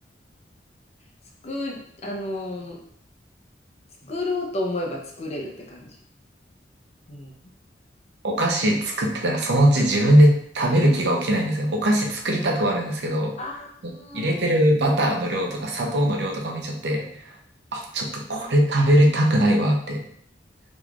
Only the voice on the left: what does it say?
作、あの、作ろうと思えば作れるって感じ。うん。
ああ、
うん